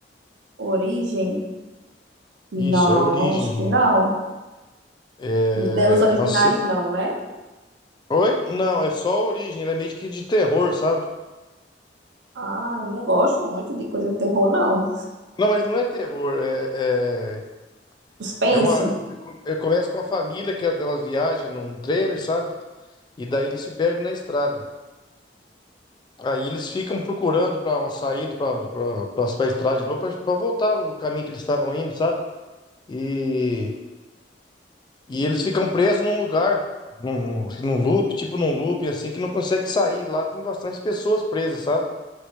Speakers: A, on the right; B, on the left.
A: Origem? Não,
B: Isso, é Origem,
A: acho
B: mano.
A: que não.
B: É...
A: Né, Os originais,
B: é uma se-
A: não, né?
B: Oi? Não, é só Origem. Ela é meio que de terror, sabe?
A: Ah, eu não gosto muito de coisa de terror, não.
B: Não, mas não é terror. É, é...
A: Suspense?
B: é uma... é- Começa com a família que elas viajam num trailer, sabe? E daí eles se perdem na estrada. Aí eles ficam procurando para uma saída para para estrada de novo, para voltar no caminho que eles estavam indo, sabe? E. E eles ficam presos num lugar, num, num loop, tipo num loop, assim, que não consegue sair. Lá tem bastante pessoas presas, sabe?